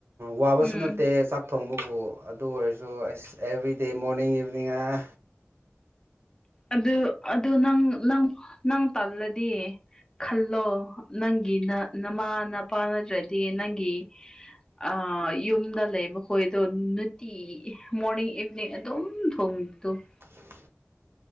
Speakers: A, on the right; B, on the left.
A: ꯋꯥꯕꯁꯨ
B: ꯎꯝ
A: ꯅꯠꯇꯦ ꯆꯥꯛ ꯊꯣꯡꯕꯕꯨ ꯑꯗꯨ ꯑꯣꯏꯔꯁꯨ ꯑꯁ ꯑꯦꯕ꯭ꯔꯤꯗꯦ ꯃꯣꯔꯅꯤꯡ ꯏꯚꯤꯅꯤꯡ ꯍꯥꯏꯔꯥ
B: ꯑꯗꯨ ꯑꯗꯨ ꯅꯪ ꯅꯪ ꯅꯪ ꯇꯜꯂꯗꯤ ꯈꯜꯂꯣ ꯅꯪꯒꯤ ꯅꯃꯥ ꯅꯄꯥ ꯅꯠꯇ꯭ꯔꯗꯤ ꯅꯪꯒꯤ ꯑꯥ ꯑꯥ ꯌꯨꯝꯗ ꯂꯩꯕ ꯈꯣꯏꯗꯣ ꯅꯨꯡꯇꯤꯒꯤ ꯃꯣꯔꯅꯤꯡ ꯏꯚꯤꯅꯤꯡ ꯑꯗꯨꯝ ꯊꯣꯡꯇꫭꯛꯑꫭ
A: <unintelligible>